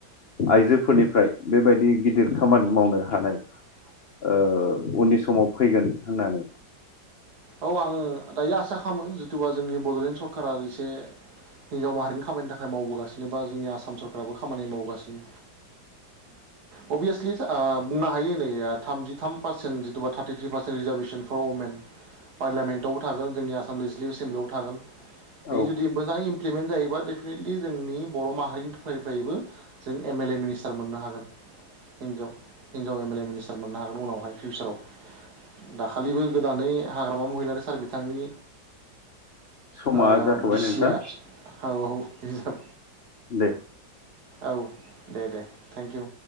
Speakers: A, on the left; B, on the right.
A: आइजोफोरनिफ्राय बेबायदि गिदिर खामानि मावनो हानाय ओ उननि समाव फैगोन होननानै
B: औ आङो दायो आसा खालामो जिथुबा जोंनि बड'लेण्ड स कारा एसे हिनजाव माहारिनि खामानि था खाय मावबोगासिनोबा जोंनि आसाम सर खाराबो खामानि मावगासिनो। अबियसलि था दा बुंनो हायो नै थामजि थाम पारसेन्ट जिथुबा थार्टिथ्रि पारसेन्ट रिजार्भेसन फर अमेन पार्लियामेन्टआवबो थागोन जोंनि आसाम लेजिस्लिभ एसेमब्लियाव थागोन बे
A: औ
B: जुदि मोजाङै इमप्लिमेन्ट जायोबा डेफिनेटलि जोंनि बर' माहारिनिफ्राय फैबो जों एम एल ए मिनिस्टार मोननो हागोन हिनजाव हिनजाव एम एल ए मिनिस्टार मोननो हागोन उनावहाय फिउचाराव दाखालिबो गोदानै हाग्रामा महिलारि सार बिथांनि
A: समा
B: ओ
A: जाथ'बाय
B: बिसिया
A: नोंथां
B: औ औ
A: दे
B: औ दे दे थेंक इउ।